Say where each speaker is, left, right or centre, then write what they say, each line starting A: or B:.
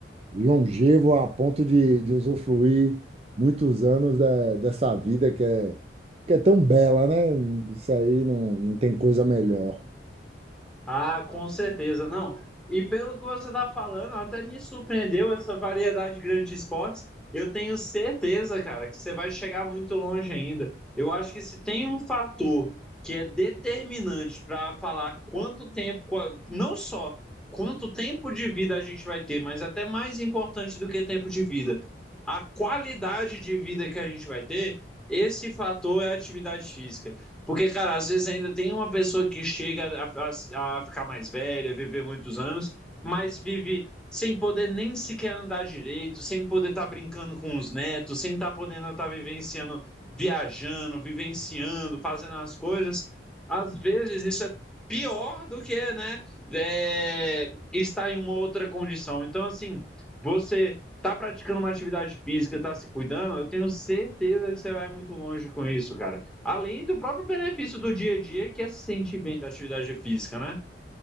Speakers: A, on the right; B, in the centre.
A: longevo a ponto de, de usufruir muitos anos da, dessa vida que é, que é tão bela, né? Isso aí não, não tem coisa melhor.
B: Ah, com certeza, não. E pelo que você está falando, até me surpreendeu essa variedade grande de esportes. Eu tenho certeza, cara, que você vai chegar muito longe ainda. Eu acho que se tem um fator que é determinante para falar quanto tempo, qual- não só quanto tempo de vida a gente vai ter, mas até mais importante do que tempo de vida, a qualidade de vida que a gente vai ter, esse fator é a atividade física. Porque, cara, às vezes ainda tem uma pessoa que chega a, a- a ficar mais velha, viver muitos anos, mas vive sem poder nem sequer andar direito, sem poder estar brincando com os netos, sem estar podendo estar vivenciando, viajando, vivenciando, fazendo as coisas. Às vezes isso é pior do que, né, é, estar em uma outra condição. Então, assim, você tá praticando uma atividade física, tá se cuidando, eu tenho certeza que você vai muito longe com isso, cara. Além do próprio benefício do dia a dia, que é se sentir bem da atividade física, né?